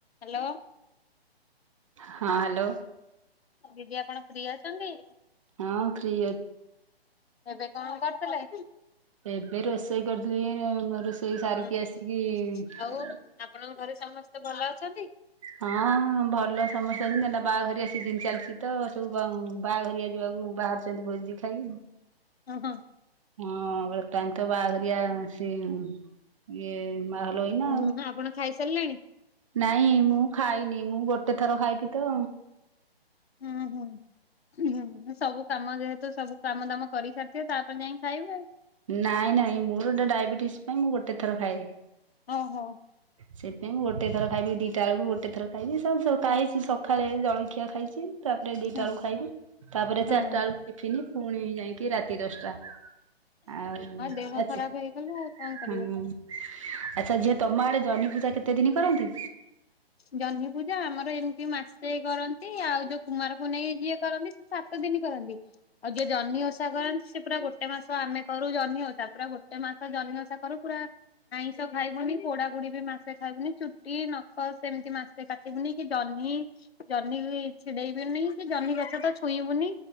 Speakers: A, on the left; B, on the right.
A: ହାଲୋ।
B: ହଁ ହାଲୋ।
A: ଦିଦି ଆପଣ ଫ୍ରି ଅଛନ୍ତି।
B: ହଁ ଫ୍ରି।
A: ଏବେ କଣ କରୁଥିଲେ।
B: ଏବେ ରୋଷେଇ କରୁଥିଲି ଏଇନୁ ରୋଷେଇ ସାରିକି
A: ହୁଁ ହୁଁ
B: ଆସିକି।
A: ଆଉ ଆପଣଙ୍କ ଘରେ ସମସ୍ତେ ଭଲ ଅଛନ୍ତି।
B: ହଁ ଭଲ ସମସ୍ତେ ଅଛନ୍ତି ଏଇନା ବାହାଘରିଆ ସିଜିନ ଚାଲିଛି ତ ସବୁ ବା ବାହାଘରିଆ ଯିବାକୁ ବାହାରୁଛନ୍ତି ଭୋଜି ଖାଇ।
A: ଅଁ ହୋ।
B: ହଁ ବର୍ତ୍ତମାନ ତ ବାହାଘରିଆ ସି ଇଏ। ମା ହଲୋଇ ନା
A: ହୁଁ ଆପଣ ଖାଇସାରିଲେଣି?
B: ନାଇଁ ମୁଁ ଖାଇନି ମୁଁ ଗୋଟେ ଥର ଖାଇବି ତ
A: ହୁଁ ହୁଁ ହୁଁ ହଁ ସବୁ କାମ ଯେହେତୁ ତ ସବୁ କାମ ଦାମ କରିସାରିଥିବେ ତାପରେ ଯାଇ ଖାଇବେ।
B: ନାଇଁ ନାଇଁ ମୋର ଗୋଟେ ଡାଇବେଟିସ ପାଇଁ ମୁଁ ଗୋଟେ ଥର ଖାଏ।
A: ଓହୋ।
B: ସେଇଥିାଇଁ ମୁଁ ଗୋଟେ ଥର ଖାଇବି ଦିଟା ବେଳକୁ ଗୋଟେ ଥର ଖାଇବି ସକାଳେ ସଖାଳେ ଜଳଖିଆ ଖାଇଛି। ତାପରେ ଦିଇଟା
A: ହଁ
B: ବେଳକୁ ଖାଇବୁ
A: ହଁ
B: ତାପରେ
A: ହଁ
B: ଚାରିଟା ବେଳକୁ ଟିଫନ୍ ପୁଣି ଯାଇକି ରାତି ଦଶଟା ଆଉ
A: ଦେହ
B: ଆଛା
A: ଖରାପ ହେଇଗଲେ ଆଉ କଣ କରିବା।
B: ହୁଁ ଆଚ୍ଛା ଯିଏ ତମ ଆଡେ ଜଣି ପୂଜା କେତେ ଦିନି କରନ୍ତି।
A: ଜହ୍ନି ପୂଜା ଆମର ଏମିତି ମାସେ କରନ୍ତି ଆଉ ଯୋଉ କୁମାର ପୁନେଇ ଯିଏ କରନ୍ତି ସେ ସାତ ଦିନ କରନ୍ତି ଆଉ ଯିଏ ଜହ୍ନି ଓଷା କରନ୍ତି ସେ ପୁରା ଗୋଟେ ମାସ ଆମେ କରୁ ଜହ୍ନି ଓଷା ପୁରା ଗୋଟେ ମାସ ମାସ ଜହ୍ନି ଓଷା କରୁ ପୁରା ଆଇଁଷ ଖାଇବୁନି ପୋଡା ପୋଡି ବି ମାସେ ଖାଇବୁନି ଚୁଟି ନା। ଖ ସେମିତି ମାସେ କାଟିବୁନି କି ଜହ୍ନି ଜହ୍ନି ଛିଡେଇବେନି କି ଜହ୍ନି ଗଛ ତ ଛୁଇଁ ଛୁଇଁବୁନି